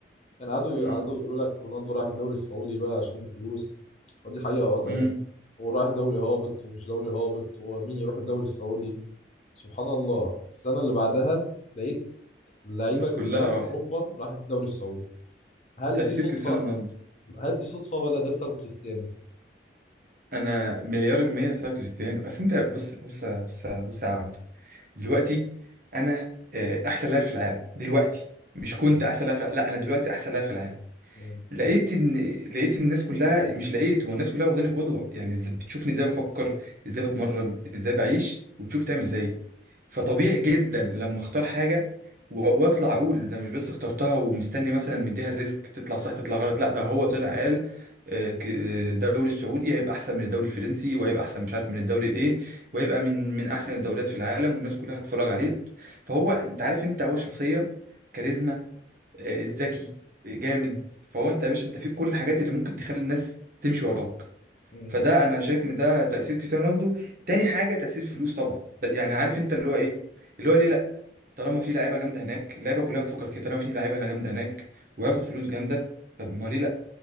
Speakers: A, on the left (about 40°); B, on the right (about 50°).
A: يعني قعدوا
B: امم
A: قعدوا يقولوا لك رونالدو رايح الدوري السعودي بقى عشان الفلوس ودي حقيقة اه تمام
B: امم
A: هو رايح دوري هابط ومش دوري هابط ومين يروح الدوري السعودي سبحان الله السنة اللي بعدها لقيت اللعيبة
B: الناس
A: كلها
B: كلها
A: في
B: راح
A: أوروبا راحت الدوري السعودي هل
B: تاثير
A: دي صدفة
B: كريستيانو رونالدو
A: هل دي صدفة ولا ده بسبب كريستيانو
B: انا مليار المية بسبب كريستيانو بس انت بص بص بص بص يا عبدو دلوقتي انا آه، احسن لاعب في العالم دلوقتي مش كنت
A: مم.
B: احسن لاعب في الع- لا انا دلوقتي احسن لاعب في العالم
A: مم.
B: لقيت ان لقيت إن الناس كلها مش لقيت هو الناس كلها واخداني قدوه يعني إز- بتشوفني ازاي بفكر ازاي بتمرن ازاي بعيش وتشوف تعمل زيي فطبيعي جدا لما اختار حاجه و- واطلع اقول ده مش بس اخترتها ومستني مثلا مديها الريسك تطلع صح تطلع غلط لا ده هو طلع قال آه، ك- آه، الدوري السعودي هيبقى احسن من الدوري الفرنسي وهيبقى احسن مش عارف من الدوري الايه وهيبقى من من احسن الدوريات في العالم والناس كلها هتتفرج عليه فهو انت عارف انت هو شخصيه كاريزما آه، ذكي آه، جامد فهو انت يا باشا انت فيك كل الحاجات اللي ممكن تخلي الناس تمشي وراك
A: مم.
B: فده انا شايف ان ده تأثير كريستيانو رونالدو تاني حاجة تأثير الفلوس طبعا ب- يعني عارف انت اللي هو ايه اللي هو ليه لا طالما في لعيبة جامدة هناك اللعيبة كلها بتفكر كده طالما في لعيبة هنا جامدة هناك وهاخد فلوس جامدة طب ما ليه لا